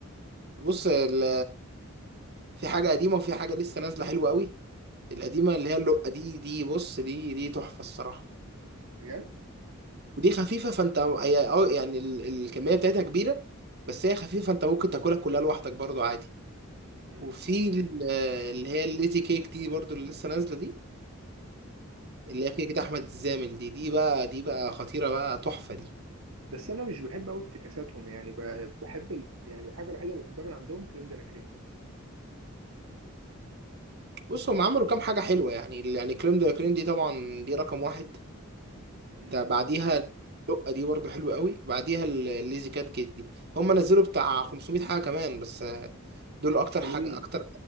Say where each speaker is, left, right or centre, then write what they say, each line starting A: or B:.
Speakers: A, on the right; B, on the right.
A: بص ال في حاجة قديمة وفي حاجة لسه نازلة حلوة قوي القديمة اللي هي اللقة دي دي بص دي دي تحفة الصراحة
B: بجد؟
A: ودي خفيفة فانت هي اه يعني ال- الكمية بتاعتها كبيرة بس هي خفيفة فانت ممكن تاكلها كلها لوحدك برضو عادي
B: مم.
A: وفي ال- اللي هي الليتي كيك دي برضو اللي لسه نازلة دي اللي هي كده كده احمد الزامل دي دي بقى دي بقى خطيره بقى تحفه دي
B: بس انا مش بحب قوي افتكاساتهم يعني ب- بحب ال... يعني الحاجه الوحيده اللي بحبها من عندهم كريم دي لا كريم
A: بص هم عملوا كام حاجه حلوه يعني يعني كريم ده كريم دي طبعا دي رقم واحد
B: مم،
A: تا- بعديها لقه دي برضو حلوه قوي بعديها ال- الليزي كات كيت دي هم نزلوا بتاع 500 حاجه كمان بس آه، دول اكتر
B: مش حلوين
A: حاجه اكتر